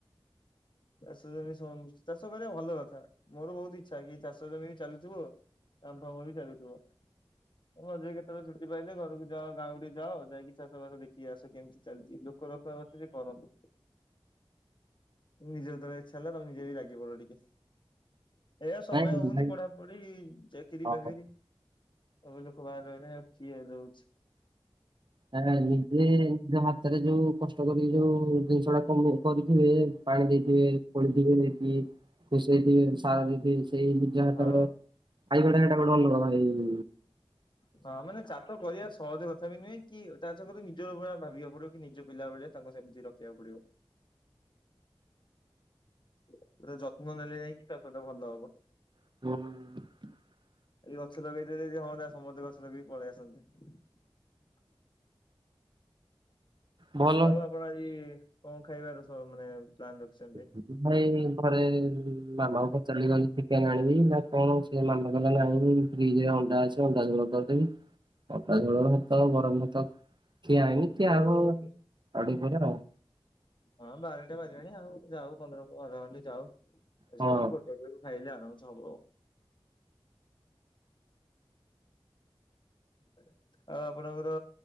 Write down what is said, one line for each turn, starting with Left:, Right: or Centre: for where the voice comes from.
Left: ଚାଷ ଜମି ସନ୍ ଚାଷ କରିବା ଭଲ କଥା। ମୋର ବହୁତ ଇଚ୍ଛା କି ଚାଷ ଜମିରେ ଚାଲୁଥିବ କାମ ଫାମ ବି ଚାଲୁଥିବ। ଏ ମଝିରେ କେତେବେଳେ ଛୁଟି ପାଇଲେ ଘରକୁ ଯାଅ। ଗାଁ କୁ ଟିକେ ଯାଅ। ଯାଇକି ଚାଷ ବାସ ଦେଖିକି ଆସ କେମିତି। ଚାଲିଚି ଲୋକ ରଖା ରଖିରେ କରନ୍ତୁ। ନିଜେ ଯେତେବେଳେ ଇଚ୍ଛା ହେଲା ତୋମେ ନିଜେ ବି ଲାଗି ପଡ ଟିକେ। ଏୟା ସମୟ
Right: ନାଇଁ
Left: ହଉନି
Right: ନାଇଁ
Left: ପଢାପଢି, ଚାକିରି
Right: ହଁ।
Left: ବାକିରି। ସବୁ ଲୋକ ବାହାରେ ରହିଲେଣି। ଆଉ କିଏ ରହୁଛି।
Right: ଆ ନିଜେ ଯାହା ତେରେ ଯୋଉ କଷ୍ଟ କରିକି ଯୋଉ ଜିନିଷ ଟା କମି କରିଥିବେ। ପାଣି ଦେଇଥିବେ, ଖୋଳିଥିବେ ଦେଇକି ଖୁସେଇଥିବେ, ସାର ଦେଇଥିବେ। ସେଇ ନିଜ ହାତର
Left: ହଁ
Right: ଖାଇବା ଟା ସେଟା ବଡ ଅନୁଭବ ହେଇ <inaudible>
Left: ହଁ ମାନେ ଚାଷ କରିବା ସହଜ କଥା ବି ନୁହେଁ। କି ଚାଷ କରି ନିଜ ଉପରେ ଭାବିବାକୁ ପଡିବ କି ନିଜ ପିଲା ଭଳିଆ ତାଙ୍କୁ ସେମିତି ରଖିବାକୁ ପଡିବ। ପୁରା ଯତ୍ନ ନେଲେ ଯାଇକି ଚାଷ ଟା ଭଲ ହବ।
Right: <unintelligible>
Left: ଏଇ ଗଛ ଲଗେଇ ଦେଲେ ଯେ ହଅନ୍ତା ସମସ୍ତେ ଗଛ ଲଗେଇକି ପଳେଇ ଆସନ୍ତେ। <inaudible>
Right: ଭଲ
Left: ଆଉ ଆପଣ ଆଜି କଣ ଖାଇବାର ସ ମାନେ ପ୍ଲାନ ରଖିଛନ୍ତି?
Right: <unintelligible> ଭାଇ ଘରେ ମାମା ଙ୍କୁ ପଚାରିଲି ଗଲି ଚିକେନ୍ ଆଣି ବି ନା କଣ ସେ ମନା କଲା ନା ଆଣିବି। ଫ୍ରିଜ୍ ରେ ଅଣ୍ଡା ଅଛି ଅଣ୍ଡା ଝୋଳ କରିଦେବି। ଅଣ୍ଡା ଝୋଳ ଭାତ, ଗରମ ଭାତ। ଖିଆ ହେଇନି। ଖିଆ
Left: ମୋର
Right: ହବ। ଆଉ
Left: ଟିକେ
Right: ଟିକେ ପରେ ଆଉ।
Left: ହଁ ବାରଟା ବାଜିଲାଣି ଆଉ ଯାଉ ପନ୍ଦର ଅଧେ ଘଣ୍ଟେ ଯାଉ, ଏ
Right: ହଁ
Left: ସେ କହିଲେ ଗୋଟେ ବେଳୁ ଖାଇଲେ ଆରାମସେ ହବ। <inaudible> ଆଉ ଆପଣଙ୍କର